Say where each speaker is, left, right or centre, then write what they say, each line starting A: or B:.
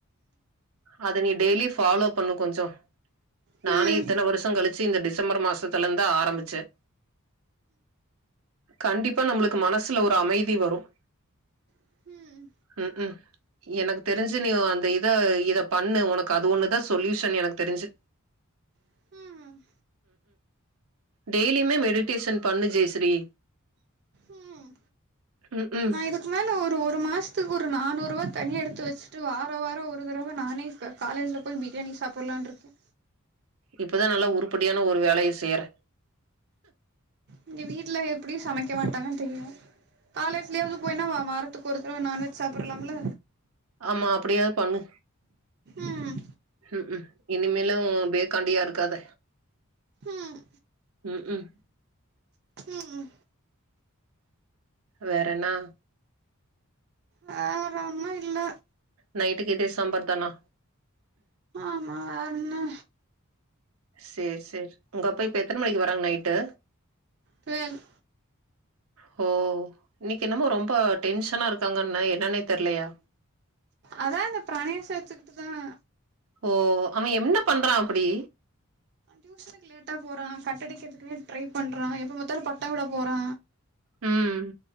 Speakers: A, on the right; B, on the right.
A: அத நீ டெய்லி ஃபாலோ பண்ணும் கொஞ்சம்
B: ம்
A: நானே இத்தனை வருஷம் கழிச்சு இந்த டிசம்பர் மாசத்துல இருந்தான் ஆரம்பிச்சேன் கண்டிப்பா நம்மளுக்கு மனசுல ஒரு அமைதி வரும்
B: ம்
A: உம் உம் எனக்கு தெரிஞ்சு நீ அந்த இத இத பண்ணு உனக்கு அது ஒண்ணுதான் சொல்யூஷன் எனக்கு தெரிஞ்சு
B: ம்
A: டெய்லியும மெடிேஷன் பண்ணு ஜெயஸ்ரீ
B: ம்
A: ம் ம்
B: நா இதுக்கு மேல ஒரு ஒரு மாசத்துக்கு ஒரு ஒரு நானூரூவா தனியா எடுத்து வெச்சுட்டு வாரோ வாரோ ஒரு தடவ நானே காலேஜ்ல போய் பிரியாணி சாப்புல்லான் இருக்க
A: இப்பதா நல்லா உரு படியான ஒரு வேலைய செய்யற
B: இங்க வீட்ல எப்டியு சமைக்க மாட்டாங்கன் தெரியு காலேஜ்லயாவது போய் என்னவா வாரத் த்துக் ஒரு தடவ நான்வெஜ் சாப்டுருலாம்ல
A: ஆமா அப்டியாவது பண்ணு
B: ம்
A: ம்க்ம் இனிமேலு பேக்காண்டியா இருக்காத
B: ம்
A: ம்க்ம்
B: ம்
A: வேற என்னா
B: வேற ஒன்னு இல்ல
A: நைட்டுக்கு இதே சாம்பார்தானா
B: ஆமா வேற என்ன
A: சேர் சேர் உங்க அப்பா இப்ப எத்தன மணிக்கு வராங் நைட்டு
B: டுவெல்
A: ஹோ இன்னைக்கு என்னமோ ரொம்ப டென்ஷனா இருக்காங்கன்ன என்னன்னே தெர்லையா
B: அதா இந்த பிராணயம் சேத்துக்கிட்டுதான
A: ஓ அவ என்ன பண்றா அப்டி
B: டியூஷனுக்கு லேட்டா போறா கட்டடிக்கிறதுக்குமே ட்ரை பண்றா எப்ப பத்தாலு பட்டோ விட போறா
A: ம்